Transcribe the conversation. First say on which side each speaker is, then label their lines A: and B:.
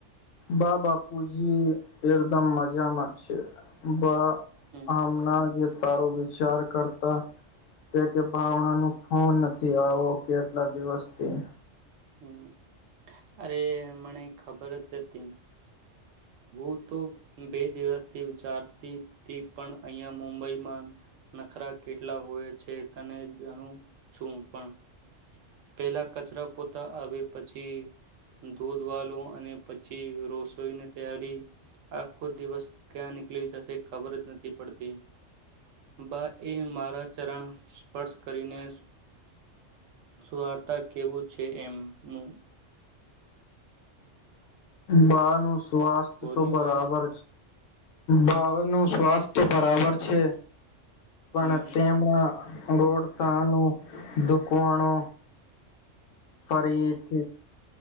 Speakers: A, on the left; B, on the right.
A: બા બાપુજી એકદમ મજામાં છે. બા
B: હમ
A: હમણાં જે તારો વિચાર કરતા તે કે ભાવના ન ફોન નથી આવો કેટલા દિવસથી.
B: હમ્મ, અરે મને ખબર જ હતી. વો તો બે દિવસથી વિચારતી તી પણ અહીંયા મુંબઈમાં નખરા કેટલા હોય. છે તને જાનું છું પણ પેલા કચરા પોતા આવે પછી દૂધ વાલો અને પછી રસોઈની તૈયારી આખો દિવસ ક્યાં નીકળી જશે ખબર જ નથી પડતી. બા એ મારા ચરણ સ્પર્શ કરીને સુવાર્તા કેવું છે એમ મુ
A: બાનું સ્વાસ્થ
B: બોલની
A: તો બરાબર
B: ભાઈ
A: બાવ નું સ્વાસ્થ તો બરાબર છે.
B: હમ
A: પણ તેમના ગોળતા નું દુકવાણુ ફરીથી